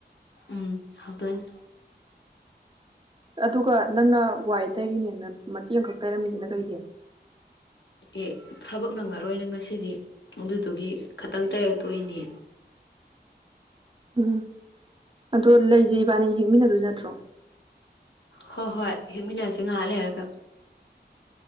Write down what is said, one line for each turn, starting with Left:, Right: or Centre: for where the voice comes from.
Left: ꯎꯝ ꯍꯧꯗꯣꯏꯅꯤ
Right: ꯑꯗꯨꯒ ꯅꯪꯅ ꯋꯥꯏ ꯇꯩꯔꯤꯅꯦꯅ ꯃꯇꯦꯛ ꯑꯃꯈꯛ ꯇꯩꯔꯝꯃꯤꯁꯤꯅ ꯀꯩꯒꯤ
Left: ꯑꯦ ꯊꯕꯛ ꯅꯪꯉꯔꯣꯏꯅ ꯉꯁꯤ ꯗꯤ ꯑꯗꯨꯗꯨꯒꯤ ꯈꯇꯪ ꯇꯩꯔꯒ ꯇꯣꯛꯏꯅꯦ
Right: ꯎꯝ ꯑꯗꯣ ꯂꯩꯖꯦ ꯏꯕꯥꯅꯤ ꯍꯦꯛꯃꯤꯟꯅꯗꯣꯏ ꯅꯠꯇ꯭ꯔꯣ
Left: ꯍꯣꯏ ꯍꯣꯏ ꯍꯦꯛꯃꯤꯟꯅꯔꯁꯦ ꯉꯥꯍꯥꯛ ꯂꯩꯔꯒ